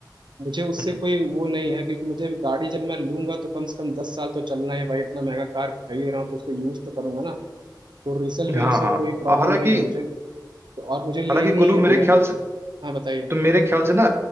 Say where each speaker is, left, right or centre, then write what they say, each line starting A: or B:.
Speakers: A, on the right (about 75°); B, on the right (about 30°).
A: मुझे उससे
B: हम्म।
A: कोई वो नहीं है क्योंकि मुझे अभी गाड़ी जब मैं लूंगा तो कम से कम दस साल तो चलना है भाई इतना महंगा कार खरीद रहा हूँ तो उसको यूज तो करूंगा ना तो रिसल
B: हाँ
A: वैल्यू से
B: हाँ
A: कोई प्रॉब्लम
B: हालांकि
A: नहीं है मुझे तो और मुझे लेनी
B: हालांकि गोलू
A: ही है
B: मेरे
A: भैया
B: ख्याल से
A: हाँ बताइए
B: तो मेरे ख्याल से ना